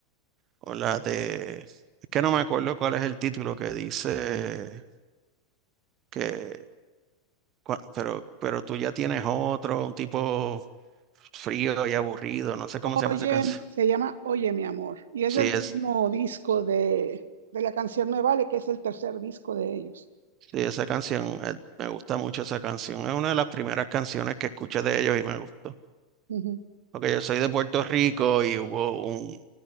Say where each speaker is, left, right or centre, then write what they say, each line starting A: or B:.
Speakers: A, on the right (about 35°); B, on the right (about 65°).
A: o la de... Es que no me acuerdo cuál es el título que dice. que, cua- pero, pero tú ya tienes otro, un tipo frío y aburrido, no sé
B: Oye,
A: cómo se llama esa canción.
B: mi- se llama Oye, mi amor, y es
A: Sí,
B: del mismo
A: es,
B: disco de, de la canción Me Vale, que es el tercer disco de ellos.
A: sí, esa canción, eh, me gusta mucho esa canción. Es una de las primeras canciones que escuché de ellos y me gustó.
B: Ujú,
A: Porque yo soy de Puerto Rico y hubo un